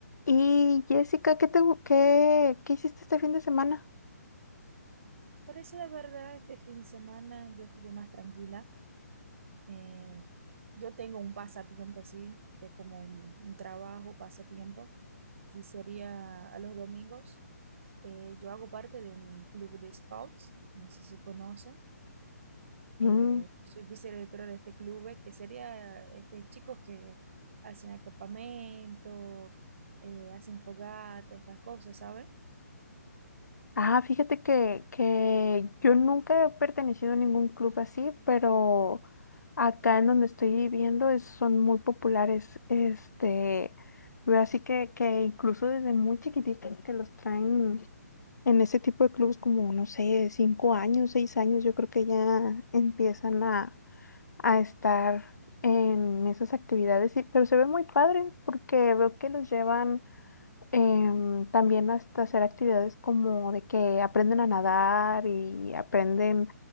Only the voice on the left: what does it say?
Y Jessica, ¿qué te, gu- qué, qué hiciste este fin de semana?
Mm.
Ah, fíjate que, que yo nunca he pertenecido a ningún club así, pero acá en donde estoy viviendo es- son muy populares. Este, veo así que, que incluso desde muy chiquititos que los traen en ese tipo de clubes como, no sé, cinco años, seis años, yo creo que ya empiezan a a estar en esas actividades, y- pero se ve muy padre porque veo que los llevan em, también hasta hacer actividades como de que aprenden a nadar y aprenden